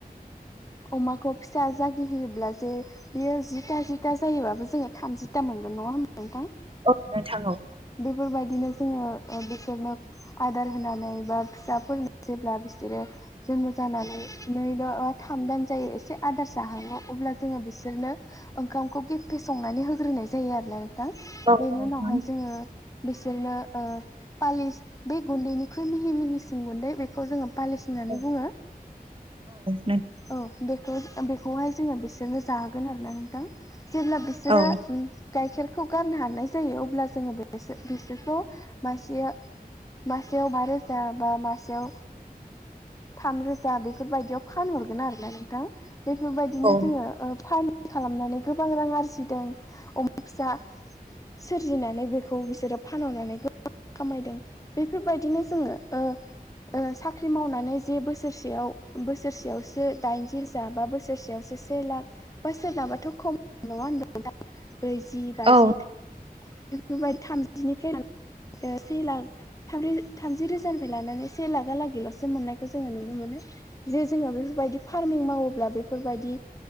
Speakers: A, on the left; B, on the right.
A: अमाखौ फिसा जागि होयोब्ला जे बेयो जिथा जि था जायोबाबो जोङो थामजिथा मोनगोन नङा ह नोंथां
B: औ नोंथां औ
A: बेफोरबायदिनो जोङो बिसोरनो आदार होनानै बा फिसाफोर जेब्ला बिसोरो जन्म जानानै नै बा थाम दान जायो एसे आदार जाहाङो अब्ला जोङो बिसोरनो ओंखामखौ गेफे संनानै होग्रोनाय जायो आरोना नोंथां
B: औ
A: बेनि
B: नोंथां
A: उनावहाय जोङो बिसोरनो पालिस बे गुन्दैनिख्रुइ मिहि मिहिसिन गुन्दै बे खौ जोङो होननानै
B: औ
A: बुङ
B: नों
A: औ बेखौ बेखौहाय जोङो बिसोरनो जाहोगोन आरो ना नोंथां जेब्ला बिसोरो
B: औ
A: गाइखेरखौ गारनो हानाय जायो अब्ला जोङो बेस बिसोरखौ मासेया मासेयाव बा रोजा बा मासेयाव थामरोजा बेफोरबायदियाव फानहरगोन आरोना नोंथां बेफोरबायदिनो
B: औ
A: जोङो फार्मि खालामनानै गोबां रां आरजिदों फिसा सोरजिनानै बेखौ बिसोरो फानहनानै खामायदों बेफोरबायदिनो जोङो ओ साख्रि मावनानै जे बोसोरसेयाव बोसोरसेयावसो दाइनजि रोजा बा बोसोरसेयावसो से लाख बा सोरनाबाथ' खम नङा होनबा नोंथां ब्रैजि बाजि
B: औ
A: बेफोरबाय थामजिनिफ्राय से लाख थाम थामजि रोजानिफ्राय लानानै से लाखा लागैलसो मोननायखौ जोङो नुनो मोनो जे जोङो बेफोरबायदि फार्मिं मावोब्ला बेफोरबायदि